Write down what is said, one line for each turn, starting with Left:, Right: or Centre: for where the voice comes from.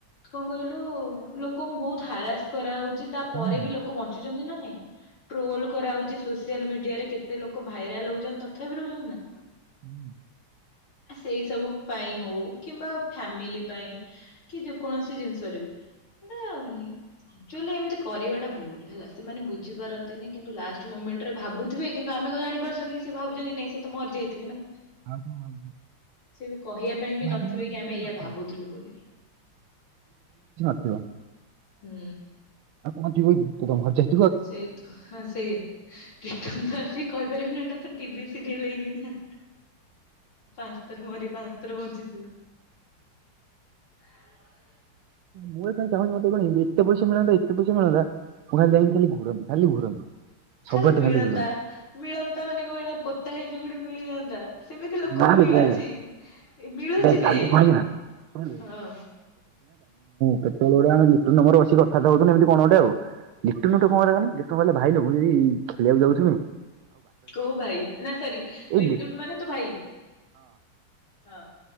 Left: କଣ କହିଲୁ ଲୋ ଲୋକଙ୍କୁ ବହୁତ ହାରାସ କରାହଉଛି ତାପରେ
Right: ଆଉ
Left: ବି ଲୋକ ବଞ୍ଚୁଛନ୍ତି ନା ନା ନାଇଁ ଟ୍ରୋଲ କରାହେଉଛି ସ ସୋସିଆଲ ମିଡିଆରେ କେତେ ଲୋକ ଭାଇରାଲ ହେଉଛନ୍ତି ତଥାପି ରହୁଛନ୍ତି ନା
Right: ହୁଁ
Left: ସେଇ ସବୁ ପାଇଁ ହଉ କିମ୍ବା ଫ୍ୟାମିଲି ପାଇଁ କି, ଯେକୌଣସି ଜିନିଷରେ ବି, ସେଟା ମଁ ଆକ୍ଚୁଆଲି ଏମିତି କରିବାଟା ଭୁଲ ହେଲା। ସେମାନେ ବୁଝିପାରନ୍ତିନି, କିନ୍ତୁ ଲାଷ୍ଟ ମୁମେଣ୍ଟ୍‌ରେ ଭାବୁଥିବେ। କିନ୍ତୁ ଆମେ କଣ ଜାଣିପାରୁଛନ୍ତି? ସେ ଭାବୁଛନ୍ତି ନାଇଁ ସେ ତ ମରିଯାଇଥିବେ ନା
Right: ଆଉ କଣ ଭାବୁଛୁ
Left: ସେବି କହିବା ପାଇଁ ବି
Right: ଭାବିଲା
Left: ନଥିବେ
Right: ବେଳକୁ
Left: କି
Right: କିଛି
Left: ଆମେ
Right: ବି
Left: ଏଇଆ
Right: ନଥିବ।
Left: ଭାବୁଥିଲୁ ବୋଲି
Right: ହ <unintelligible>
Left: ହୁଁ।
Right: ଆଉ କଣ ଯିବ କି ତମ ଘର ଯାଇ <unintelligible>
Left: ସେଇ ତ ହଁ ସେଇଆ ରିଟନ୍ ତ ଆସିକି କହିପାରିବୁନି ଏଇଟା ତ ଟିଭି ସିରିୟଲ୍ ହେଇନି ନା ପାଁସ୍ତ୍ର୍ର ମରି ପାଁସ୍ତ୍ର୍ର ବଞ୍ଚିଥିବୁ ଆ <inaudible>
Right: ମୁଁ ଏ କଣ ଚାହୁଁଛି, ମତେ କଣ କି ଏତେ ପଇସା ମିଳନ୍ତା ଏତେ ପଇସା ମିଳନ୍ତା, ମୁଁ ଖାଲି ଯାଇି ଖାଲି ଘୁରନ୍ତି ଖାଲି ଘୁରନ୍ତି।
Left: ଖାଲି
Right: ସବୁଆଡେ
Left: ମିଳନ୍ତା,
Right: ବୁଲନ୍ତି।
Left: ମିଳନ୍ତା ମାନେ କଣ ଏଇଟା ପୋତା ହେଇଛି ଗୁଡେ ମିଳି ଯାଆନ୍ତା ସେମିତି ଲୋକଙ୍କୁ
Right: ନା ବେ
Left: ମିଳୁଛି,
Right: ଦେଖେ
Left: ମିଳୁଛି
Right: ଦେଖେ କାଲି
Left: ବେ
Right: କଣ ହେଇଛି ନା ଶୁଣିବେ
Left: ହଁ।
Right: ପୋଟଳରେ <unintelligible> ଆମେ ମିଟୁନ ମୋର ବସି କଥାବାର୍ତ୍ତା ହଉଥିଲୁ ଏମିତି କଣ ଗୋଟେ ଆଉ ନିଟୁନଟା
Left: ହଁ।
Right: କମର <unintelligible> କେଜାଣି ତୁ ଭଲ ଭାଇଲୋ ମୁଁ ଯଦି ଖେଳିବାକୁ ଯାଉଛୁନି
Left: କୋଉ ଭାଇ ନା ସରି ଲିଟୁନ
Right: ଲି
Left: ମାନେ ତୋ ଭାଇ ହଁ